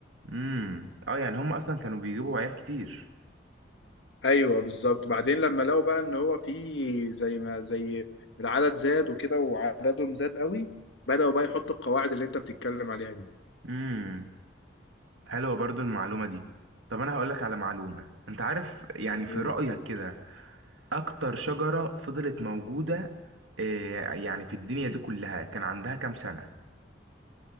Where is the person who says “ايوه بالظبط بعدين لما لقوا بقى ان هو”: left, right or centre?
Left